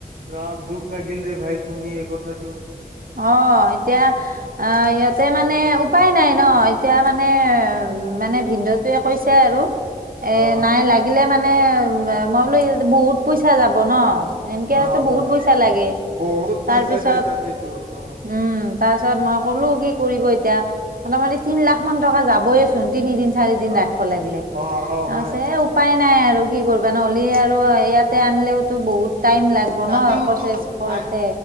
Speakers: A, on the right; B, on the right.
A: ৰাম দুখ লাগিল ৰে ভাই খোনি এই কথাটো।
B: অ' এতিয়া ইয়াতে মানে উপায় নাই ন এতিয়া মানে উম, মানে ভিনন্দটোৱে কৈছে আৰু এ
A: অ
B: নাই লাগিলে মানে। মানে মই বোলো বহুত পইচা যাব ন। নেমকেয়াৰ
A: অ
B: টো বহুত
A: হয়
B: পইচা লাগে
A: বহুত পইচা
B: তাৰ পিছত
A: যায় তাতেতো অ
B: উম। উম, তাৰ পিছত মই ক'লো কি কৰিব এতিয়া মোটামুটি তিন লাখ মান টকা যাবয়েচোন। তিনি দিন চাৰি দিন
A: অ
B: ৰাখিব লাগিলে
A: অ অ
B: আ
A: হয়
B: উপায় নাই আৰু কি কৰিবা নহ'লে আৰু ইয়াতে আনিলওতো বহুত। টাইম লাগব
A: তাতেও
B: ন প্ৰচেছ
A: তো
B: কৰোতে
A: আ